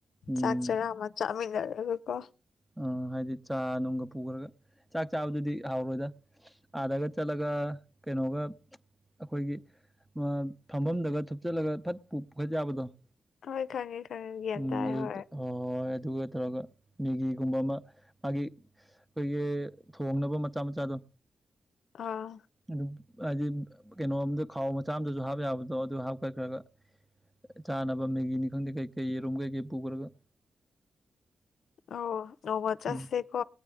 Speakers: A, in the centre; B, on the left (about 85°).
A: ꯎꯝ
B: ꯆꯥꯛ ꯆꯔꯥ ꯑꯃ ꯆꯥꯃꯤꯟꯅꯔꯒ ꯀꯣ
A: ꯎꯝ ꯍꯥꯏꯗꯤ ꯆꯥ ꯅꯨꯡꯒ ꯄꯨꯈ꯭ꯔꯒ ꯆꯥꯛ ꯆꯥꯕꯗꯨꯗꯤ ꯍꯥꯎꯔꯣꯏꯗ ꯑꯥꯗꯒ ꯆꯠꯂꯒ ꯀꯩꯅꯣꯒ ꯑꯩꯈꯣꯏꯒꯤ ꯐꯝꯐꯝꯗꯒ ꯊꯨꯞꯆꯠꯂꯒ ꯐꯠ ꯄꯨꯈꯠ ꯌꯥꯕꯗꯣ
B: ꯍꯣꯏ ꯈꯪꯉꯦ ꯈꯪꯉꯦ ꯒ꯭ꯌꯥꯟ
A: ꯎꯝ
B: ꯇꯥꯏ
A: ꯑꯗꯨ
B: ꯍꯣꯏ
A: ꯍꯣꯏ ꯑꯗꯨꯒ ꯇꯧꯔꯒ ꯃꯤꯒꯤ ꯒꯨꯝꯕ ꯑꯃ ꯃꯥꯒꯤ ꯑꯩꯈꯣꯏꯒꯤ ꯊꯣꯡꯅꯕ ꯃꯆꯥ ꯃꯆꯥꯗꯣ
B: ꯑꯥ
A: ꯑꯗꯨꯝ ꯍꯥꯏꯗꯤ ꯀꯩꯅꯣꯝꯗ ꯈꯥꯎ ꯃꯆꯥ ꯑꯝꯗꯁꯨ ꯍꯥꯞꯄ ꯌꯥꯕꯗꯣ ꯑꯗꯨ ꯍꯥꯞꯀꯠꯈ꯭ꯔꯒ ꯆꯥꯅꯕ ꯃꯦꯒꯤꯅꯤ ꯈꯪꯗꯦ ꯀꯩ ꯀꯩ ꯌꯦꯔꯨꯝ ꯀꯩꯀꯩ ꯄꯨꯈ꯭ꯔꯒ
B: ꯑꯧ ꯅꯣꯡꯃ ꯆꯠꯁꯦ
A: ꯎꯝ
B: ꯀꯣ